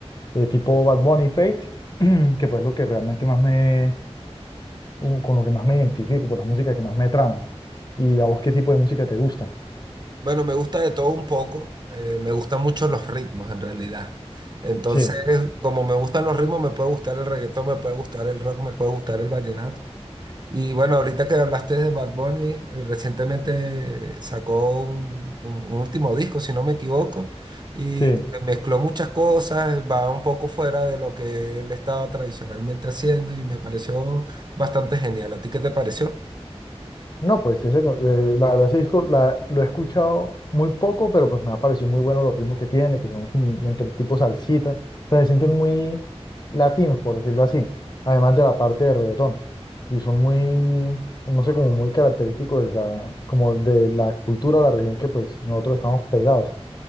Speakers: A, on the left; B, on the right.
A: eh, tipo Bad Bunny Fate, <clears throat> que pues lo que realmente más me, u- con lo que más me identifico, con la música que más me trama. ¿Y a vos qué tipo de música te gusta?
B: Bueno, me gusta de todo un poco, eh, me gustan mucho los ritmos en realidad. Entonces,
A: Sí,
B: como me gustan los ritmos, me puede gustar el reggaetón, me puede gustar el rock, me puede gustar el vallenato. Y bueno, ahorita que hablaste de Bad Bunny, eh, recientemente sacó un, un- un último disco, si no me equivoco, y
A: sí.
B: mezcló muchas cosas, va un poco fuera de lo que él estaba tradicionalmente haciendo y me pareció bastante genial. ¿A ti qué te pareció?
A: No, pues ese, co- eh, la verdad ese disco la- lo he escuchado muy poco, pero pues me ha parecido muy bueno los ritmos que tiene, que son como entre tipo salsita, o sea, se sienten muy latinos, por decirlo así, además de la parte de reggaetón, y son muy, no sé, como muy característicos de la, como de la cultura o la región que pues nosotros estamos pegados.